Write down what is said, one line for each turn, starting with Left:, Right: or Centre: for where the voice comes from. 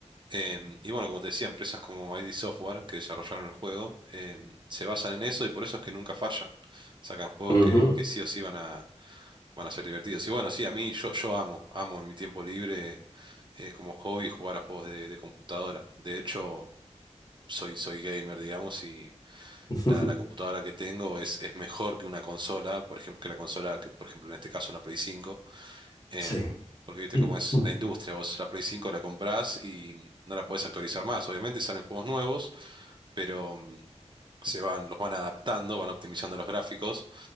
Right: Em, y bueno, como te decía, empresas como ID Software, que desarrollaron el juego, em, se basan en eso y por eso es que nunca fallan. Sacan juegos
Left: Ujú.
Right: que, que sí o sí van a, van a ser divertidos. Y bueno, sí, a mí yo, yo amo, amo en mi tiempo libre eh, como hobby jugar a juegos de, de computadora. De hecho, soy, soy gamer, digamos, y
Left: <laughs>
Right: la, la computadora que tengo es, es mejor que una consola, por ejemplo, que la consola que, por ejemplo, en este caso una Play cinco em,
Left: Sí,
Right: porque viste
Left: <clears throat>
Right: cómo es la industria, vos la Play cinco la comprás y no la podés actualizar más. Obviamente salen juegos nuevos, pero mm, se van, los van adaptando, van optimizando los gráficos